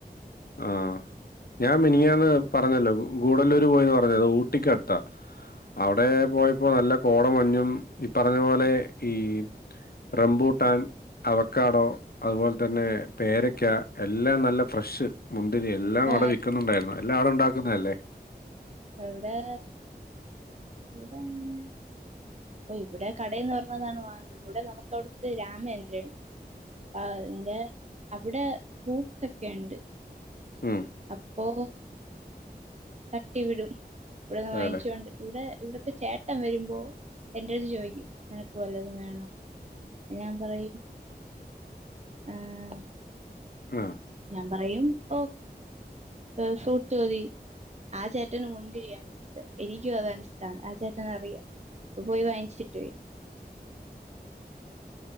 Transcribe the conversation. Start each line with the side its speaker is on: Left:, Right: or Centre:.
Left: ആഹ് ഞാൻ മിനിന്നാന്ന് പറഞ്ഞല്ലോ ഗൂഡല്ലൂര് പോയിന്ന് പറഞ്ഞത് അത് ഊട്ടിക്കടുത്താ അവിടെ പോയപ്പോ നല്ല കോട മഞ്ഞും ഈ പറഞ്ഞ പോലെ ഈ റംബൂട്ടാൻ അവക്കാടോ അതുപോലെ തന്നെ പേരക്ക എല്ലാം നല്ല ഫ്രഷ് മുന്തിരി എല്ലാം
Right: ആ
Left: അവിടെ വിൽക്കുന്നുണ്ടായിരുന്നു എല്ലാം അവിടെ ഉണ്ടാക്കുന്നതല്ലേ
Right: എവിടെ ഇവിടെന്ന് ഓ ഇവിടെ കടെന്ന് വരണതാണ് വാങ്ങണ ഇവിടെ നമുക്ക് അവിടുത്തെ രാമേന്ദ്രൻ അതിന്റെ അവിടെ ഫ്രൂട്ട്സ് ഒക്കെ ഉണ്ട്
Left: ഉം
Right: അപ്പൊ തട്ടി വിടും ഇവിടെന്ന്
Left: അതല്ലേ
Right: വാങ്ങിച്ചൊണ്ട് ഇവിടെ ഇവിടത്തെ ചേട്ടം വരുമ്പോ എന്റ അടുത്ത് ചോദിക്കും നിനക്ക് വല്ലതും വേണോ ഞാൻ പറയും ആഹ്
Left: ആഹ്
Right: ഞാൻ പറയും ഒ ഏഹ് ഫ്രൂട്ട് മതി ആ ചേട്ടന് മുന്തിരിയാണ് ഇഷ്ടം, എനിക്കും അതാണ് ഇഷ്ടം. ആ ചേട്ടന് അറിയാം. അപ്പ പോയി വാങ്ങിച്ചിട്ട് വരും